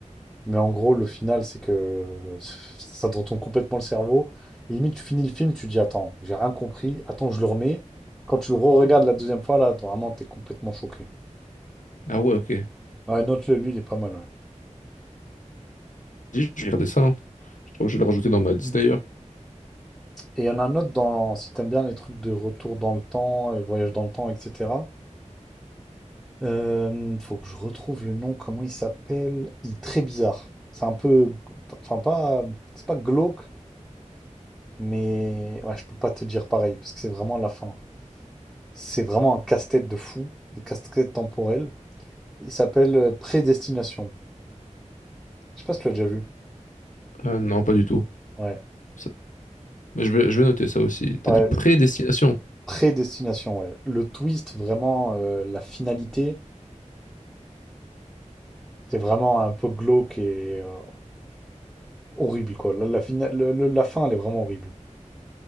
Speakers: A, in the centre; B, on the left.
A: mais en gros, le final, c'est que euh, ça te retourne complètement le cerveau. Et limite, tu finis le film, tu dis, attends, j'ai rien compris, attends, je le remets. Quand tu le re-regardes la deuxième fois, là, t- vraiment, t'es complètement choqué.
B: Ah ouais, ok.
A: Ouais, note-le, lui, il est pas mal, ouais.
B: Dis, Je vais regarder ça. hein. Je crois que je vais le rajouter dans ma liste d'ailleurs.
A: Et il y en a un autre dans, si t'aimes bien les trucs de retour dans le temps, euh, voyage dans le temps, etc. Hem, faut que je retrouve le nom, comment il s'appelle? Il est très bizarre. C'est un peu, enfin pas, c'est pas glauque, mais ouais, je peux pas te dire pareil parce que c'est vraiment la fin. C'est vraiment un casse-tête de fou, un casse-tête temporel. Il s'appelle euh, Prédestination. Je sais pas si tu l'as déjà vu.
B: Euh, non, pas du tout.
A: Ouais,
B: Ça- Mais je vais, je vais noter ça aussi. T'as
A: ouais,
B: dit prédestination.
A: le- Prédestination. Ouais. Le twist, vraiment euh, la finalité, c'est vraiment un peu glauque et euh, horrible quoi. La, la fina- le- le- la fin, elle est vraiment horrible.